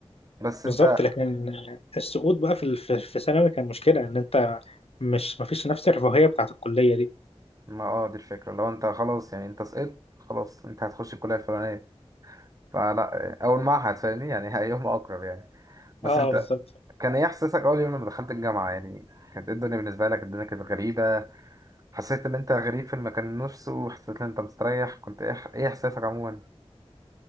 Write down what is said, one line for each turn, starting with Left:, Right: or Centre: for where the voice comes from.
Right: بس
Left: بالظبط
Right: انت
Left: لكن السقوط بقى في في في ثانوي كان مشكلة ان انت مش مفيش نفس الرفاهية بتاعت الكلية دي
Right: ما اه دي الفكرة لو انت خلاص يعني انت سقطت خلاص انت هتخش الكلية الفلانية فلا أول معهد فاهمني يعني أيهما أقرب يعني بس
Left: اه
Right: أنت
Left: بالظبط
Right: كان إيه إحساسك أول يوم لما دخلت الجامعة يعني كانت إيه الدنيا بالنسبة لك الدنيا كانت غريبة حسيت إن أنت غريب في المكان نفسه حسيت إن أنت مستريح كنت إيه إيه إحساسك عموما